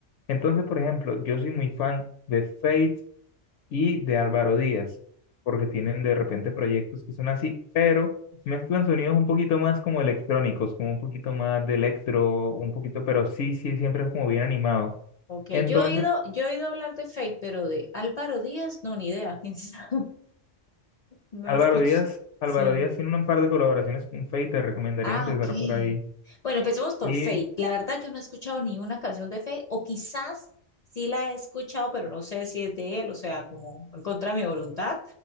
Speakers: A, on the left; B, on the left.
A: Entonces, por ejemplo, yo soy muy fan de Fate y de Álvaro Díaz, porque tienen de repente proyectos que son así, pero mezclan sonidos un poquito más como electrónicos, como un poquito más de electro, un poquito, pero sí, sí, siempre es como bien animado.
B: Ok,
A: Entonces,
B: yo he oído, yo he oído hablar de Fate, pero de Álvaro Díaz, no, ni idea. <laughs> ¿Quién sabe? No
A: Álvaro
B: escuché.
A: Díaz, Álvaro
B: Sí,
A: Díaz tiene un par de colaboraciones con Feid, te recomendaría
B: Ah,
A: empezar
B: ok.
A: por ahí.
B: Bueno, empecemos por
A: Y
B: Fate. La verdad, yo no he escuchado ni una canción de Fate, o quizás sí la he escuchado, pero no sé si es de él, o sea, como en contra de mi voluntad,